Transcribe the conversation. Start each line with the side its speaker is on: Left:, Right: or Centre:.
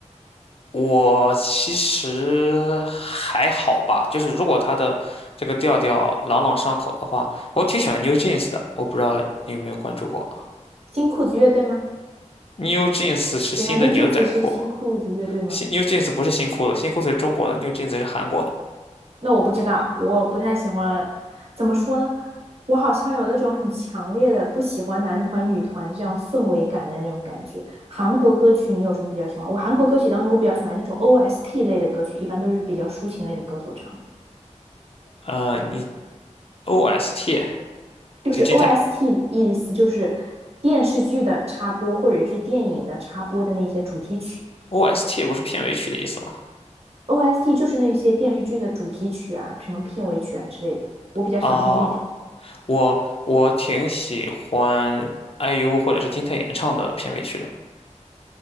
Left: 我其实还好吧，就是如果他的这个调调朗朗上口的话，我挺喜欢 New Jeans 的。我不知道你有没有关注过
Right: 新裤子乐队吗？
Left: ，New Jeans 是新的牛仔裤，
Right: 等一下，New Jeans 是新裤子乐队吗？
Left: 新 New Jeans 不是新裤子，新裤子是中国的，New Jeans 是韩国的。
Right: 那我不知道，我不太喜欢。怎么说呢？我好像有那种很强烈的不喜欢男团、女团这样氛围感的那种感觉。韩国歌曲你有什么比较喜欢？我韩国歌曲当中我比较喜欢那种 OST 类的歌曲，一般都是比较抒情类的歌手唱的。
Left: 呃，你 OST
Right: 就是
Left: 就金泰
Right: OST 意思就是电视剧的插播或者是电影的插播的那些主题曲。
Left: OST 不是片尾曲的意思吗？
Right: OST 就是那些电视剧的主题曲啊，什么片尾曲啊之类的，我比较喜欢听那种。
Left: 啊，我我挺喜欢 IU 或者是金泰妍唱的片尾曲的。